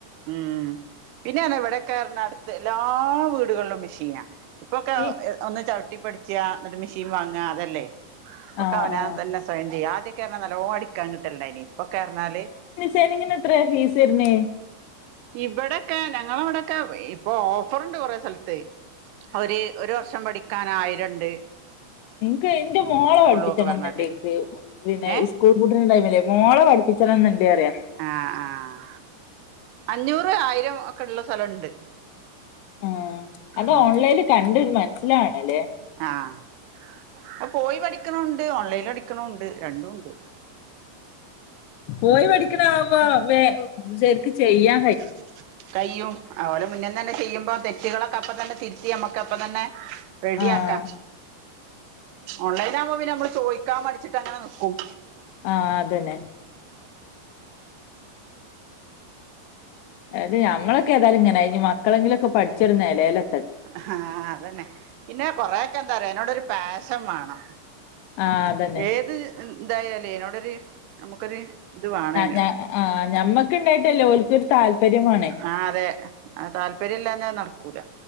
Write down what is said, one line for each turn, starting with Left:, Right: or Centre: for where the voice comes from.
Right: ഉം പിന്നെ ആണേ ഇവിടെക്കെ അടുത്ത് എല്ലാ വീടുകളിലും മെഷീനാ ഇപ്പൊക്കെ
Left: ഈ
Right: ഒന്ന് ചവിട്ടിപ്പടിച്ച ഇന്നിട്ട് മെഷീൻ വാങ്ങ അതല്ലേ ഇപ്പൊക്കെ
Left: ആ
Right: അവനാൻ
Left: ആ
Right: തന്നെ സ്വയം ചെയ്യ ആദ്യോക്കെ അർഞ്ഞ നല്ലോ അടിക്കാൻ കിട്ടലിണ്ടയ്നിം ഇപ്പൊക്കെ അർഞാല്
Left: <unintelligible> എത്ര ഫീസ് വര്ണേ
Right: ഇബടെക്കെ ഞങ്ങളവിടെക്കെ ഇപ്പൊ ഓഫറുണ്ട് കൊറെ സ്ഥലത്തെയ് ഒര് ഒരു വർഷം പഠിക്കാനായിരണ്ട്
Left: ഇൻക്ക് ഇന്റെ മോളെ പഠിപ്പിച്ചണം
Right: ഒക്കെ പറഞ്ഞാട്ട്
Left: ന്ന്ണ്ട് ഇൻക്ക് പിന്നെ
Right: ഏ
Left: സ്കൂ പൂട്ട്ണ ടൈമിലേ മോളെ പഠിപ്പിച്ചണംന്നുണ്ട് അറിയ
Right: ആഹ് ആഹ് അഞ്ഞൂറ് ആയിരം ഒക്കെ ഉള്ള സ്ഥലണ്ട്
Left: ആഹ് അത്
Right: ഉം
Left: ഓൺലൈനിൽ കണ്ടൊരു മനസ്സിലാണല്ലേ
Right: ആഹ് അ പോയി പഠിക്കണുണ്ട് ഓൺലൈനിൽ പഠിക്കണുണ്ട് രണ്ടും ഉണ്ട്
Left: പോയി പഠിക്കണാകുമ്പോ വേ ശരിക്ക്‌ ചെയ്യാ
Right: <inaudible> കയ്യും അവര് മുന്നേ തന്നെ ചെയ്യുമ്പോ തെറ്റുകളൊക്കെ അപ്പ തന്നെ തിരുത്തി നമ്മക്ക് അപ്പ തന്നെ റെഡി
Left: ആഹ്
Right: ആക്ക ഓൺലൈൻ ആകുമ്പോ പിന്നെ നമ്മള് ചോയ്ക്കാൻ മടിച്ചിട്ട് അങ്ങനെ നിക്കും
Left: ആഹ് അതന്നെ അത് ഞമ്മളൊക്കെഏതായാലും ഇങ്ങനെ ആയി ഇനി മക്കളെങ്കിലൊക്കെ പഠിച്ചൊരു നെലേല്
Right: ആഹ് അതന്നെ പിന്നെ കൊറെയൊക്കെ എന്താ അറിയോ അയ്നോടൊരു പാഷൻ വാണം
Left: ആഹ് അതന്നെ
Right: ഏത് ഇതായാലോയ് അതിനോടൊരു നമുക്കൊരു ഇത് വേണം അതിന്
Left: ഞ ആ ഞമ്മക്കുണ്ടായിട്ട്ല്ല ഓൽക്കൊരു താല്പര്യം വാണം
Right: ആഹ് അതെ താല്പര്യം ഇല്ലാഞ്ഞാൽ നടക്കൂല